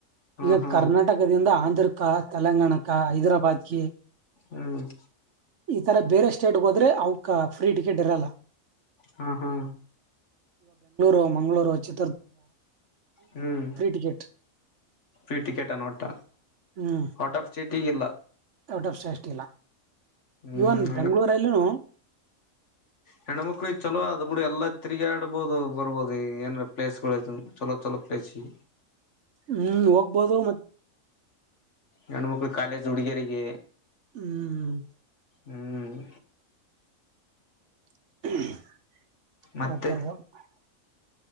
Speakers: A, on the left (about 60°); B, on the right (about 60°).
A: ಹಾ
B: ಈಗ
A: ಹಾ
B: ಕರ್ನಾಟಕದಿಂದ ಆಂಧ್ರ ಕಾ ತೆಲಂಗಾಣ ಕಾ ಹೈದರಾಬಾದ್ ಕಿ
A: ಹ್ಮ್
B: ಈ ತರ ಬೇರೆ ಸ್ಟೇಟ್ ಹೋದ್ರೆ ಅವಕ್ ಫ್ರೀ ಟಿಕೆಟ್ ಇರಲ್ಲ
A: ಹಾ ಹಾ
B: ಓ ಮಂಗ್ಳೂರು ಚಿ
A: ಹ್ಮ್
B: ಟಿಕೆಟ್
A: ೀ ಟಿಕೆಟ್ ಅನ್ಟ್ಟ
B: ಹ್ಮ್
A: ಔಟ್ ಆಫ್ ಸ್ಟೇಟ್ ಈಗಿಲ್ಲ
B: ಔಟ್ ಆಫ್ <unintelligible> ಶೇಷ್ಟಿಲ್ಲ
A: ಹ್ಮ್
B: ಇವನ್
A: ಹ್ಮ್
B: ಬೆಂಗಳೂರ್ ಅಲ್ಲೂನು
A: ಹೆಣ್ಣ್ಮಕ್ಳಿಗೆ ಚಲೋ ಅದ್ ಬಿಡ ಎಲ್ಲಾ ತಿರುಗಿ ಆಡ್ಬಹದು ಬರ್ಬಹದು ಈಗ ಏನ್ ಪ್ಲೇಸ್ಗಳು ಚಲೋ ಚಲೋ ಪ್ಲೇಸ್ಗೆ.
B: ಹ್ಮ್ ಹೋಗ್ಬೋದು ಮತ್
A: ಹೆಣ್ಮಕ್ಳು ಕಾಲೇಜ್ ಹುಡುಗಿಯರಿಗೆ
B: ಹ್ಮ್್ಮ
A: ಹ್ಮ್
B: <unintelligible>
A: ಮತ್ತೆ